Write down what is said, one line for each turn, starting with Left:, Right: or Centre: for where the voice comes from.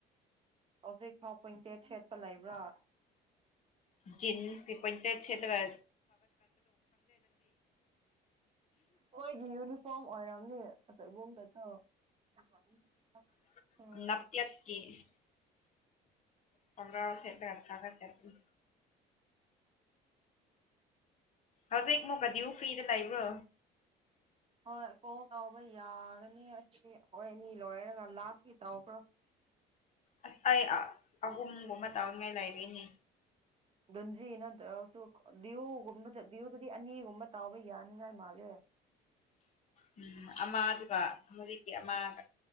Right: ꯍꯧꯖꯤꯛ ꯐꯥꯎ ꯄꯣꯏꯟꯇꯦꯠ ꯁꯦꯠꯄ ꯂꯩꯕ꯭ꯔꯥ
Left: ꯖꯤꯟꯁ ꯀꯤ ꯄꯣꯏꯟꯇꯦꯠ ꯁꯦꯠꯂꯒꯥ
Right: ꯃꯣꯏꯒꯤ ꯌꯨꯅꯤꯐꯣꯔꯝ ꯑꯣꯏꯔꯝꯅꯤ <unintelligible> <unintelligible>
Left: <unintelligible>
Right: ꯑꯣ
Left: ꯈꯣꯡꯒꯔꯥꯎ ꯁꯦꯠꯂꯒꯥ <unintelligible> ꯍꯧꯖꯤꯥꯛ ꯃꯨꯛꯀꯥ ꯗꯤꯌꯨ ꯐ꯭ꯔꯤꯗ ꯂꯩꯕ꯭ꯔꯣ
Right: ꯍꯣꯏ ꯀꯣꯜ ꯇꯎꯕ ꯌꯥꯒꯅꯤ ꯑꯁꯤ ꯑꯩꯈꯣꯏ ꯑꯅꯤ ꯂꯣꯏꯔꯒ ꯂꯥꯁꯀꯤ ꯇꯥꯎꯈ꯭ꯔꯣ
Left: ꯑꯁ ꯑꯩ ꯑꯍꯨꯝꯒꯨꯝꯕ ꯇꯧꯅꯤꯡꯉꯥꯏ ꯂꯩꯔꯤꯅꯦ
Right: <unintelligible> ꯗꯤꯌꯨꯒꯨꯝꯕꯗ ꯗꯤ꯭ꯌꯨꯗꯗꯤ ꯑꯅꯤꯒꯨꯝꯕ ꯇꯥꯎꯕ ꯌꯥꯅꯤꯉꯥꯏ ꯃꯥꯜꯂꯦ
Left: ꯎꯝ ꯑꯃꯥꯗꯨꯒ ꯍꯧꯖꯤꯛꯀꯤ ꯑꯃꯒ